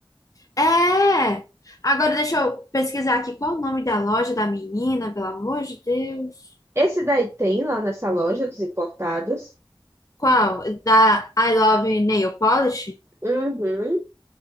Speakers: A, on the left; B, on the right.
A: É. Agora deixa eu pesquisar aqui qual o nome da loja da menina, pelo amor de Deus.
B: Esse daí tem lá nessa loja dos importados.
A: Qual? Da I Love Nail Polish?
B: Uhum,